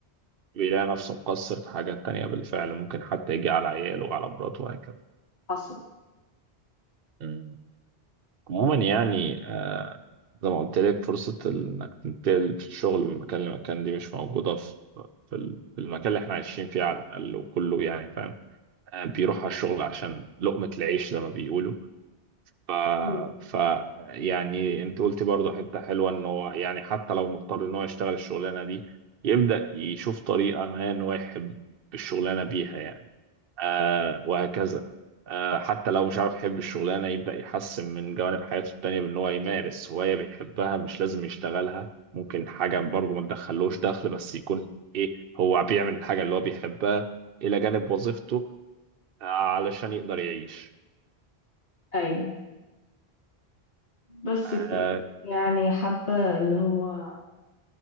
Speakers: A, on the right (about 60°); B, on the left (about 85°).
A: بيلاقي نفسه مقصر في حاجات تانية بالفعل ممكن حتى يجي على عياله وعلى مراته وهكذا
B: حصل
A: مم. عموما يعني آه، زي ما قلت لك فرصة إنك تنتقل في الشغل من مكان لمكان دي مش موجودة في في ال- في المكان اللي احنا عايشين فيه على الأقل وكله يعني فاهم آه، بيروح على الشغل عشان لقمة العيش زي ما بيقولوا ف...
B: مم.
A: ف يعني انت قلتي برضه حتة حلوة ان هو يعني حتى لو مضطر ان هو يشتغل الشغلانة دي يبدأ يشوف طريقة ما ان هو يحب الشغلانة بيها يعني آه وهكذا آه حتى لو مش عارف يحب الشغلانة يبدأ يحسن من جوانب حياته التانية بأن هو يمارس هواية بيحبها مش لازم يشتغلها ممكن حاجة برضه ما تدخلوش دخل بس يكون إيه هو بيعمل الحاجة اللي هو بيحبها إلى جانب وظيفته آه، علشان يقدر يعيش
B: ايوه بس
A: آه
B: كده يعني حابه اللي هو